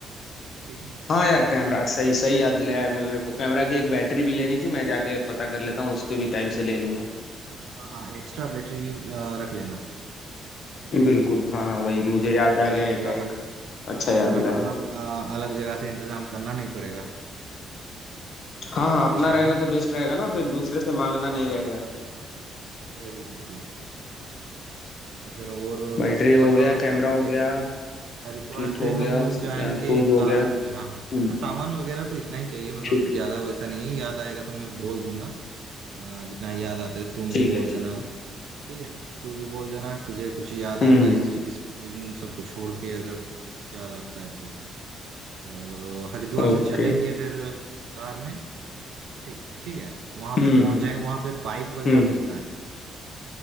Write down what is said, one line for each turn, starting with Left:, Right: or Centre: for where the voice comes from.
Right: ठीक है
Left: हाँ यार कैमरा
Right: अपना
Left: सही सही याद दिलाया मेरे को कैमरा की एक बैटरी भी लेनी थी मैं जाके पता कर लेता हूँ उसके भी टाइम से ले लूंगा
Right: हाँ हाँ एक्स्ट्रा बैटरी अ, रख लेना ठीक है
Left: बिल्कुल हाँ हाँ वही मुझे
Right: हाँ
Left: याद आ
Right: कैमरा
Left: गया एकाएक
Right: का
Left: अच्छा
Right: कैमरा
Left: याद दिलाया
Right: का मतलब अ, अलग जगह से इंतजाम करना नहीं पड़ेगा तो
Left: हाँ
Right: वो
Left: हाँ
Right: अच्छा
Left: अपना रहेगा
Right: है
Left: तो बेस्ट रहेगा ना फिर दूसरे से मांगना
Right: हाँ
Left: नहीं
Right: हाँ
Left: रहेगा
Right: हाँ वही वही वही तो फिर और
Left: बैटरी
Right: मस, मतलब
Left: हो गया कैमरा
Right: अ,
Left: हो
Right: देख
Left: गया
Right: हरिद्वार
Left: किट
Right: से
Left: हो गया
Right: हम लोग
Left: शूज
Right: जाएंगे
Left: हो
Right: कार
Left: गया
Right: से हाँ
Left: हम्म,
Right: हाँ सामान वगैरह तो इतना ही चाहिए मतलब
Left: ठीक
Right: ज्यादा वैसा नहीं है याद आएगा तो मैं बोल दूंगा अ, जितना याद आता है तुम भी
Left: ठीक
Right: बोल
Left: है ठीक
Right: देना
Left: है
Right: ठीक है तू भी बोल देना तुझे कुछ याद आता
Left: हम्म
Right: है इस इसको इन सबको छोड़ के अगर कुछ याद आता है तो और हरिद्वार
Left: ओके
Right: से चलेंगे फिर कार में ठीक ठीक है वहां
Left: हम्म
Right: पे पहुंच
Left: हम्म
Right: जाएंगे वहां पे बाइक वगैरह
Left: हम्म
Right: मिलता है